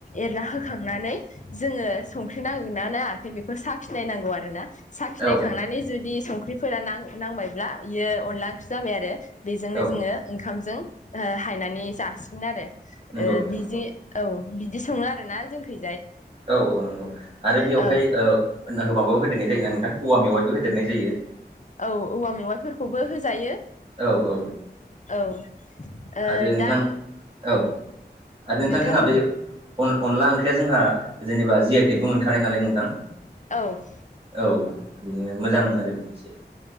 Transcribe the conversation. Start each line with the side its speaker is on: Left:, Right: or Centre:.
Left: एरना होखांनानै जोंङो संख्रि नांगोन नायाखै बेखौ साखिनाय नांगौ आरोना साखिनायखांनानै
Right: औ
Left: जुदि संख्रिफोरा नां-नांबायब्ला बियो अनला ओंख्रि जाबाय, आरो। बेजोंनो
Right: औ
Left: जोंङो ओंखामजों हायनानै जासिगोन आरो
Right: नंगौ
Left: ओ
Right: नोंथां
Left: बिजि
Right: नंगौ
Left: औ बिदि संङो आरोना जोंखैजाय।
Right: औ औ नंगौ आरो बेवहाय
Left: औ
Right: ओ माबाबो होदेरनाय जायोना नोंथां, औवा मेवाइबो होदेरनाय जायो।
Left: औ औवा मेवाइफोरखौबो होजायो।
Right: औ औ।
Left: औ ओ
Right: आरो नोंथां
Left: दा नों
Right: औ आरो नोंथां
Left: नोंथांफोर
Right: जोंहा बे अन-अनला ओंख्रिया जोंहा जेनेबा जि आइ टेकबो मोनखानाय नालाय नोंथां।
Left: औ।
Right: औ बिनो मोजां आरो बे मोनसे।